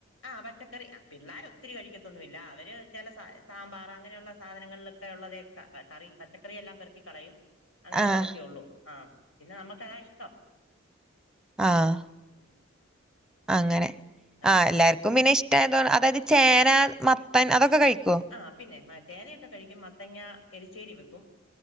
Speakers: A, on the left (about 80°); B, in the centre.
A: ആഹ് പച്ചക്കറി പിള്ളോര ഒത്തിരി കഴിക്കത്തൊന്നുമല്ല അവര് ചില സ സാമ്പാർ അങ്ങനെയുള്ള സാധനങ്ങളിലൊക്കെ ഉള്ളത് കറി പച്ചക്കറെല്ലാം പെറുക്കി കളയും. അങ്ങനെയുള്ളതൊക്കെ
B: ആഹ്
A: ഉള്ളൂ ആഹ് പിന്നെ നമ്മുക്ക ഇഷ്ടം
B: ആഹ്
A: ഉം
B: അങ്ങനെ
A: ആ
B: ആഹ് എല്ലാർക്കും പിന്നെ ഇഷ്ടമായതോ അതായത് ചേന മത്തൻ അതൊക്കെ കഴിക്കുവോ?
A: ആഹ് പിന്നെ മാ ചേനയൊക്കെ കഴിക്കും മത്തങ്ങ എലശ്ശേരി വെക്കും